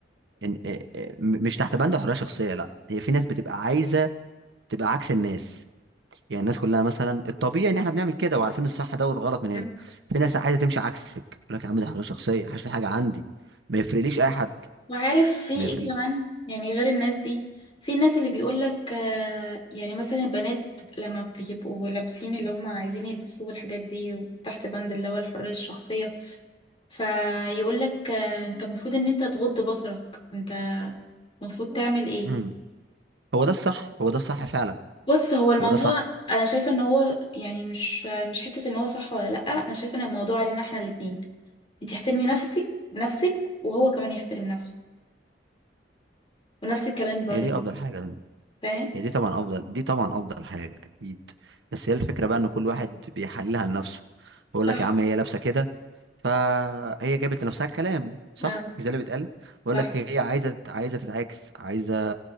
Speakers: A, on the right; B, on the left.
A: ان إيه- إيه، م- مش تحت بند حريه شخصيه لا هي في ناس بتبقى عايزه تبقى عكس الناس يعني الناس كلها مثلا الطبيعي ان احنا بنعمل كده وعارفين الصح ده والغلط من
B: صح
A: هنا في ناس عايزه تمشي عكسك يقول لك يا عم ده حريه شخصيه حاش في حاجه عندي ما يفرقليش اي حد
B: وعارف في
A: ما
B: ايه
A: يفرق
B: كمان يعني غير الناس دي في الناس اللي بيقولك آه، يعني مثلا البنات لما بيبقوا لابسين اللي هم عايزين يلبسوه والحاجات دي تحت بند اللي هو الحرية الشخصية فيقولك آه، انت المفروض ان انت تغض بصرك انت المفروض تعمل ايه
A: مم. هو ده الصح هو ده الصح فعلا
B: بص هو الموضوع
A: هو ده صح
B: انا شايفة ان هو يعني مش مش حتة ان هو صح ولا لأ انا شايفة ان الموضوع علينا احنا الاتنين انت احترمي نفسك نفسك وهو كمان يحترم نفسه ونفس الكلام برضه
A: هي دي افضل حاجه
B: فاهم
A: هي دي طبعا افضل دي طبعا افضل حاجه اكيد بس هي الفكره بقى ان كل واحد بيحللها لنفسه بيقول
B: صح
A: لك يا عم هي لابسه كده فهي جابت لنفسها الكلام صح
B: آه.
A: مش ده اللي بيتقال
B: صح
A: بيقول لك هي عايزه تت- عايزه تتعاكس عايزه